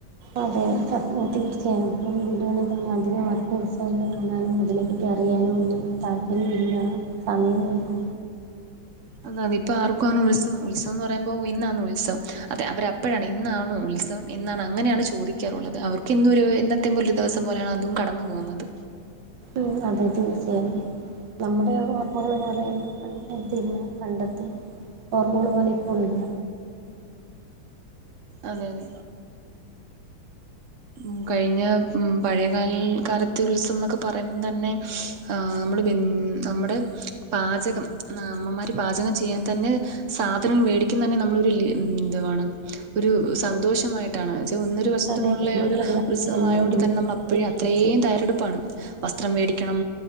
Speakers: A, on the right; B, on the right.
A: അതെ <unintelligible> തീർച്ചയായും വീടുകളിൽ തന്നെ അധികം ആർക്കും ഉത്സവങ്ങൾ കാണാനും <unintelligible> അതിനെ പറ്റി അറിയാനോ ഒന്നും താല്പര്യംല്ലാ സമയോല്ലാ
B: അതെ അതെ ഇപ്പൊ ആർക്കും അങ്ങ് ഉത്സവം, ഉത്സവം എന്ന് പറയുമ്പോൾ ഇന്നാണ് ഉത്സവം അതെ അവർ എപ്പൊഴാന്ന് ഇന്നാണോ ഉത്സവം എന്നാണ് അങ്ങനെയാണ് ചോദിക്കാറുള്ളത് അവർക്ക് എന്നരു <unintelligible> എന്നത്തേയും പോലെ എന്നത്തേം ദിവസം പോലെയാണ് അതും കടന്നു പോകുന്നത്.
A: ഉം അതെ തീർച്ചയായും നമ്മുടെ ഓർമ്മകൾ പോലെ <unintelligible> പണ്ടത്തെ ഓർമ്മകൾ പോലെ ഇപ്പൊ ഇല്ല
B: അതെ അതെ ഉം കഴിഞ്ഞ മ്മ് പഴയ <unintelligible> കാലത്ത് ഉത്സവം എന്നൊക്കെ പറയുമ്പോ തന്നെ ആഹ് നമ്മുടെ <unintelligible> നമ്മുടെ പാചകം <unintelligible> അമ്മമ്മാർ പാചകം ചെയ്യാൻ തന്നെ സാധനങ്ങൾ വേടിക്കുന്ന തന്നെ നമ്മളൊരു ലി എന്തുമാണ് ഒരു സന്തോഷമായിട്ടാണ് എന്ന് വച്ച ഒന്ന് ഒരു വസ്തു
A: പഴയ
B: <unintelligible>
A: ബന്ധുക്കളെല്ലാവരും
B: ഒരു ഉത്സവം
A: വന്ന്
B: ആയത് കൊണ്ട്
A: ഒരുമിച്ച്
B: തന്നെ നമ്മൾ
A: സദ്യ
B: അപ്പോഴും
A: കഴിച്ച്
B: അത്രയും തയ്യാറെടുപ്പാണ് വസ്ത്രം മേടിക്കണം